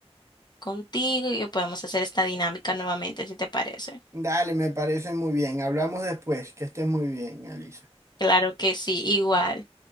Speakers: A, on the left; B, on the right.
A: contigo y podemos hacer esta dinámica nuevamente, si te parece.
B: Dale, me parece muy bien. Hablamos después. Que estés muy bien, Alisa.
A: Claro que sí, igual.